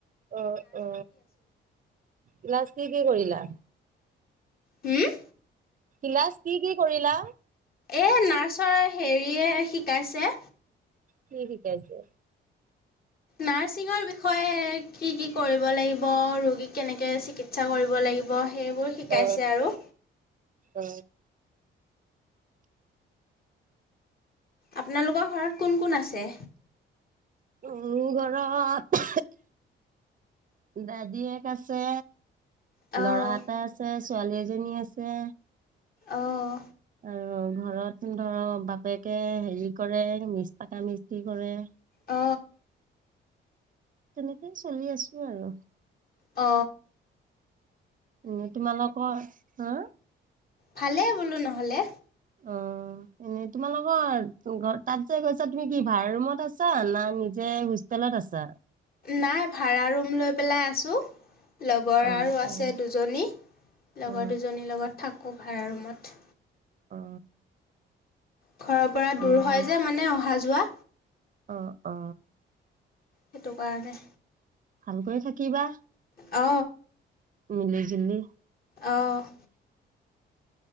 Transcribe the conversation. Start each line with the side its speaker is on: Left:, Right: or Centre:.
Right: অ, অ। ক্লাছ কি কি কৰিলা?
Left: হম?
Right: ক্লাছ কি কি কৰিলা?
Left: এই নাৰ্চৰ হেৰিয়ে শিকাইছে।
Right: কি শিকাইছে।
Left: নাৰ্চিংৰ বিষয়ে কি, কি কৰিব লাগিব ৰোগীক কেনেক। চিকিৎসা কৰিব লাগিব, সেইবোৰ শিকাইছে
Right: অ
Left: আৰু।
Right: অ
Left: আপোনালোকৰ ঘৰত কোন কোন আছে?
Right: মোৰ ঘৰত, দাদিয়েক আছে।
Left: অঁ
Right: লৰা এটা আছে ছো। ছোৱালী এজনীও আছে।
Left: অহ।
Right: আৰু ঘৰত ধৰ বাপেকে, হেৰি কৰে মিছ পাকা মিস্ত্ৰী কৰে।
Left: অ।
Right: তেনেকেই চলি আছো আৰু।
Left: অ।
Right: উম তোমালোকৰ, হা?
Left: ভালে বোলো নহ'লে
Right: অ এনে তোমালোকৰ ঘ তাত যে গৈছা তুমি কি ভাড় ৰুমত আছা না নিজে হোষ্টেলত আছা
Left: নাই ভাড়া ৰুম লৈ পেলাই আছোঁ। লগৰ
Right: অ
Left: আৰু আছে
Right: অ
Left: দুজনী লগৰ
Right: অ
Left: দুজনীৰ লগত থাকো কু ভাড়া ৰুমত,।
Right: অ
Left: ঘৰৰ পৰা দূৰ
Right: এনে
Left: হয়
Right: ভাল
Left: যে মানে অ,। ভাল যোৱা'।
Right: অ, অ।
Left: সেইটো কাৰণে'।
Right: ভালকৈ থাকিবা
Left: অ।
Right: মিলি জুলি
Left: অ'।